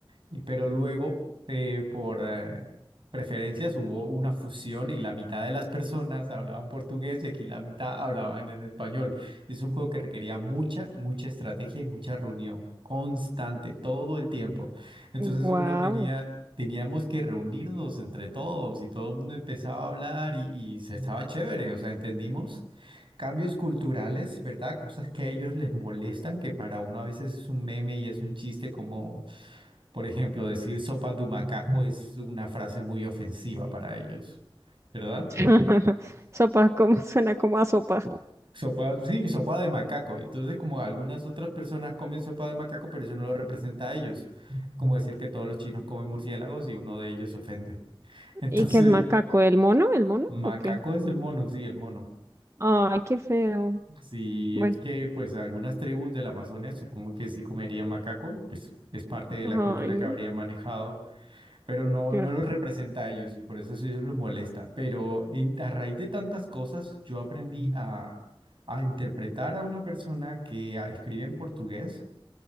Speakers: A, on the right (about 65°); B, on the right (about 30°).
A: Y, pero luego, eh, por eh, preferencias, hubo una fusión y la mitad de las personas hablaban portugués y aquí la mitad hablaban en español. Es un juego que requería mucha, mucha estrategia y mucha reunión constante, todo el tiempo. Entonces
B: Wow.
A: uno tenía teníamos que reunirnos entre todos y todo el mundo empezaba a hablar y, y se estaba chévere, o sea, entendimos cambios culturales, ¿verdad? Cosas que a ellos les molestan, que para uno a veces es un meme y es un chiste como, por ejemplo, decir sopa de macaco es una frase muy ofensiva para ellos, ¿verdad?
B: <laughs> Sopa, ¿cómo suena como a sopa?
A: Sopa, sí, sopa de macaco. Entonces, como algunas otras personas comen sopa de macaco, pero eso no lo representa a ellos. Como decir que todos los chinos comen murciélagos y uno de ellos se ofende. <laughs> Entonces,
B: ¿Y qué es macaco? ¿El mono? ¿El mono?
A: Macaco
B: ¿O qué?
A: es el mono, sí, el mono.
B: Ay, qué feo.
A: Sí,
B: Bueno,
A: es que pues algunas tribus de la Amazonia supongo que sí comerían macaco, pues es parte de
B: ay,
A: la cultura
B: no.
A: que habría manejado, pero no,
B: claro.
A: no los representa a ellos y por eso eso a ellos los molesta. Pero en- a raíz de tantas cosas yo aprendí a, a interpretar a una persona que ah, escribe en portugués